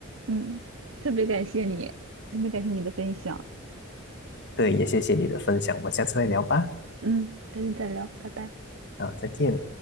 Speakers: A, on the right; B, on the left.
A: 嗯，特别感谢你，特别感谢你的分享。
B: 对，也谢谢你的分享，我们下次再聊吧。
A: 嗯，改天再聊，拜拜。
B: 好，再见。